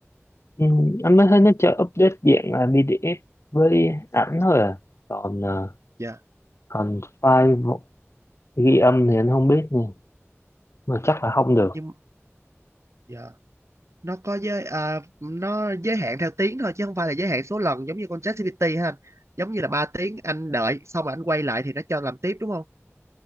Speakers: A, on the left; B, on the right.
A: ừ, anh mới thấy nó cho update dạng là PDF với ảnh thôi à còn ờ,
B: dạ
A: còn file vo- ghi âm thì anh không biết nha mà chắc là không được
B: nhưng dạ nó có giới à, nó giới hạn theo tiếng thôi chứ không phải là giới hạn số lần giống như con ChatGPT ha anh giống như là 3 tiếng anh đợi xong rồi anh quay lại thì nó cho làm tiếp đúng không